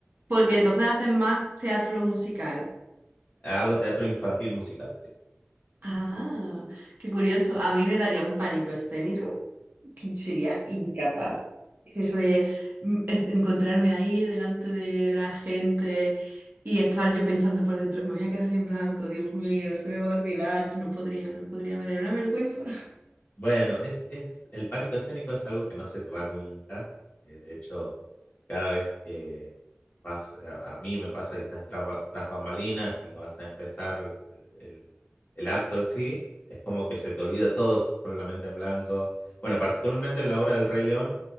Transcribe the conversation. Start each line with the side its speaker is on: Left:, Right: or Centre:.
Right: Porque entonces haces más teatro musical.
Left: Hago teatro infantil musical, sí.
Right: Ah, qué curioso. A mí me daría un pánico escénico que sería incapaz. Es Eso de mm, es- encontrarme ahí delante de la gente y estar yo pensando por dentro, me voy a quedar en blanco, Dios mío, se me va a olvidar, no podría, no podría, me daría una vergüenza. <laughs>
Left: Bueno, es, es, el pánico escénico es algo que no se te va nunca. Eh, de hecho, cada vez que vas, a, a mí me pasa que estás traba- tras bambalinas y vas a empezar el, el- el acto en sí, es como que se te olvida todo, se te pone la mente en blanco. Bueno, particularmente en la obra del Rey León,